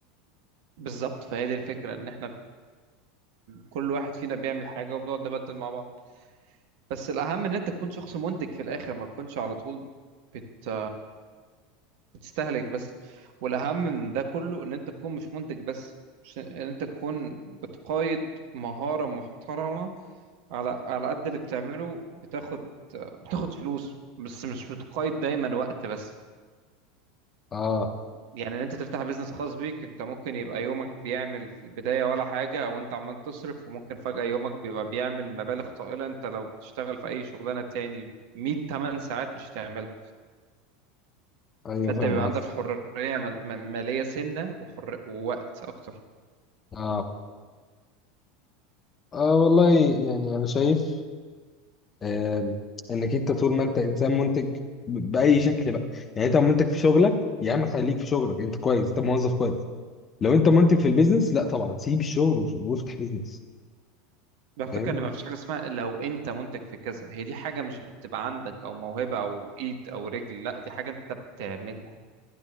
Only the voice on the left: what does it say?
اه
ايوه
فاهم
قصدي
اه اه والله يعني انا شايف آه، انك انت طول ما انت انسان منتج ب- باي شكل بقى يعني انت منتج في شغلك يا عم خليك في شغلك انت كويس انت موظف كويس لو انت منتج في البيزنس لا طبعا سيب الشغل وش- وافتح بيزنس
فاهم